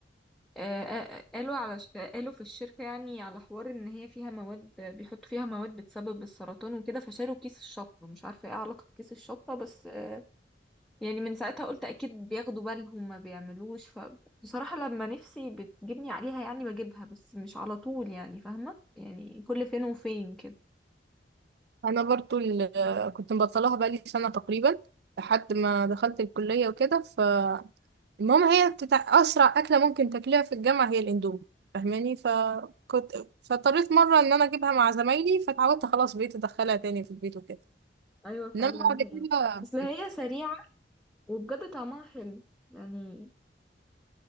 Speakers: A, in the centre; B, on the right (about 65°).
A: آه، آه، آه، قالوا على ش- قالوا في الشركة يعني على حوار ان هي فيها مواد بيحطوا فيها مواد بتسبب السرطان وكده فشالوا كيس الشطة مش عارفة ايه علاقة كيس الشطة بس آه، يعني من ساعتها قلت اكيد بياخدوا بالهم ما بيعملوش فبصراحة لما نفسي بتجيبني عليها يعني بجيبها بس مش على طول يعني فاهمة يعني كل فين وفين كده
B: انا برضو ال- كنت مبطلاها بقالي سنه تقريبا لحد ما دخلت الكليه وكده ف المهم هي بتتع... اسرع اكله ممكن تاكلها في الجامعه هي الاندومي فاهماني فكنت فاضطريت مره ان انا اجيبها مع زمايلي فتعودت خلاص بقيت ادخلها تاني في البيت وكده
A: ايوه
B: انما
A: فعلا
B: بعد
A: هي
B: كده
A: بس هي سريعة وبجد طعمها حلو يعني